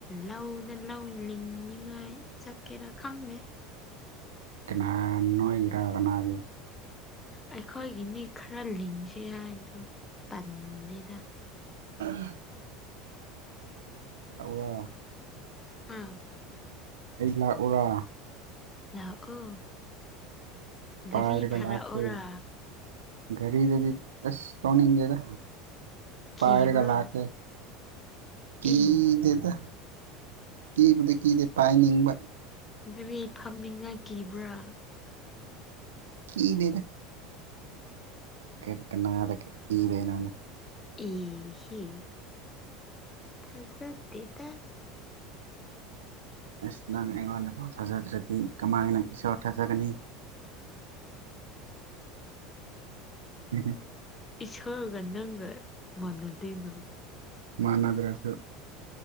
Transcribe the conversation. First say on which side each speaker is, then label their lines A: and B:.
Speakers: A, on the left (about 20°); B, on the right (about 70°).
A: ꯂꯧꯗ ꯂꯧ ꯂꯤꯡꯅꯤꯉꯥꯏ ꯆꯠꯀꯦꯔꯥ ꯈꯪꯗꯦ
B: ꯀꯅꯥ ꯅꯣꯏꯒꯤꯔ ꯀꯅꯥꯒꯤ
A: ꯑꯩꯈꯣꯏꯒꯤꯅꯤ ꯈꯔ ꯂꯤꯡꯁꯤ ꯍꯥꯏ ꯑꯗꯨ ꯇꯜꯂꯤꯗ
B: ꯑꯥ ꯂꯥꯛꯎꯔꯣ
A: ꯑꯥ
B: ꯑꯩ ꯂꯥꯛꯎꯔꯥ
A: ꯂꯥꯛꯑꯣ ꯒꯥꯔꯤ
B: ꯄꯥꯏꯔꯒ
A: ꯊꯥꯔꯛꯑꯣꯔꯥ
B: ꯂꯥꯛꯀꯦ ꯒꯥꯔꯤꯗꯗꯤ ꯑꯁ ꯇꯣꯡꯅꯤꯡꯗꯦꯗ
A: ꯀꯤꯕ꯭ꯔꯥ
B: ꯄꯥꯏꯔꯒ ꯂꯥꯛꯀꯦ ꯀꯤꯗꯦꯗ
A: ꯑꯦ
B: ꯀꯤꯕꯨꯗꯤ ꯀꯤꯗꯦ ꯄꯥꯏꯅꯤꯡꯕ
A: ꯒꯔꯤ ꯐꯝꯅꯤꯡꯉꯥꯏ ꯀꯤꯕ꯭ꯔꯥ
B: ꯀꯅꯦꯗ ꯀ ꯀꯅꯥꯗ ꯀꯤꯗꯣꯏꯅꯣꯗ
A: ꯏ ꯍꯤ ꯊꯥꯖꯗꯦ
B: ꯑꯁ ꯅꯪ ꯑꯩꯉꯣꯟꯗ ꯐꯥꯎ ꯊꯥꯖꯗ꯭ꯔꯗꯤ ꯀꯃꯥꯏꯅ ꯏꯁꯣꯔ ꯊꯥꯖꯒꯅꯤ <unintelligible>
A: ꯏꯁꯣꯔꯒ ꯅꯪꯒ ꯃꯥꯅꯗꯦꯅ
B: ꯃꯅꯗ꯭ꯔꯁꯨ